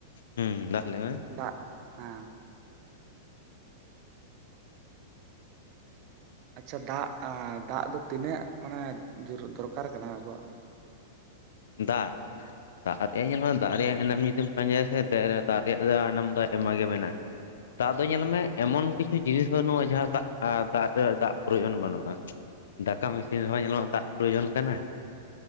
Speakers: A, on the left; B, on the right.
A: ᱦᱩᱸ ᱫᱟᱜ ᱞᱟᱹᱭ ᱢᱮ
B: ᱫᱟᱜ᱾ ᱦᱟᱸ᱾ ᱟᱪᱪᱷᱟ ᱫᱟᱜ, ᱫᱟᱜ ᱫᱚ ᱛᱤᱱᱟᱹᱜ ᱢᱟᱱᱮ <unintelligible> ᱫᱚᱨᱠᱟᱨ ᱠᱟᱱᱟ ᱟᱵᱚᱣᱟᱜ?
A: ᱫᱟᱜ᱾ ᱫᱟᱜ ᱨᱮᱭᱟᱜ ᱧᱮᱞ ᱢᱮ, ᱫᱟᱜ ᱨᱮᱭᱟᱜ ᱮᱱᱮᱢ ᱡᱩᱫᱤᱢ ᱯᱟᱸᱡᱟᱭᱟ ᱥᱮ ᱫᱟᱜ ᱨᱮᱭᱟᱜ ᱮᱱᱮᱢ ᱫᱚ ᱟᱭᱢᱟ ᱜᱮ ᱢᱮᱱᱟᱜᱼᱟ᱾ ᱫᱟᱜ ᱫᱚ ᱧᱮᱞ ᱢᱮ ᱮᱢᱚᱱ ᱠᱤᱪᱷᱩ ᱡᱤᱱᱤᱥ ᱵᱟᱹᱱᱩᱜᱼᱟ ᱡᱟᱦᱟᱸ ᱫᱟᱜ ᱟᱻ ᱫᱟᱜ ᱟᱹ ᱫᱟᱜ ᱯᱨᱟᱭᱚᱡᱟᱹᱱ ᱵᱟᱹᱱᱩᱜᱼᱟ᱾ ᱫᱟᱠᱟᱢ ᱮᱤᱥᱤᱱ ᱨᱮᱦᱚᱸ ᱧᱮᱞᱢᱮ ᱫᱟᱜ ᱯᱨᱳᱚᱭᱳᱡᱚᱱ ᱠᱟᱱᱟ᱾